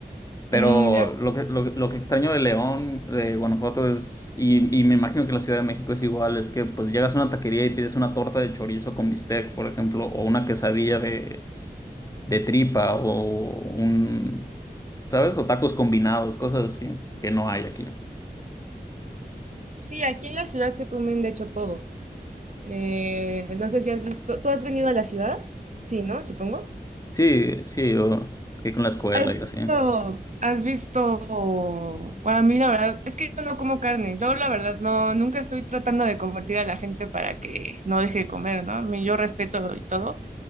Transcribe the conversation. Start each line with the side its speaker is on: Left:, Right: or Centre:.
Left: Pero
Right: Mm, ya.
Left: lo que, lo, lo que extraño de León, de Guanajuato es, y, y me imagino que la Ciudad de México es igual, es que pues llegas a una taquería y pides una torta de chorizo con bistec, por ejemplo, o una quesadilla de, de tripa, o un, ¿sabes? O tacos combinados, cosas así, que no hay aquí.
Right: Sí, aquí en la ciudad se comen de hecho todo. Eh, no sé si has visto, ¿tú has venido a la ciudad? Sí, ¿no? Supongo.
Left: Sí, sí, o que con la escuela
Right: ¿Has
Left: y
Right: visto,
Left: así.
Right: has visto, bueno, a mí la verdad es que yo no como carne, yo la verdad no, nunca estoy tratando de convertir a la gente para que no deje de comer, ¿no? A mí- Yo respeto y todo,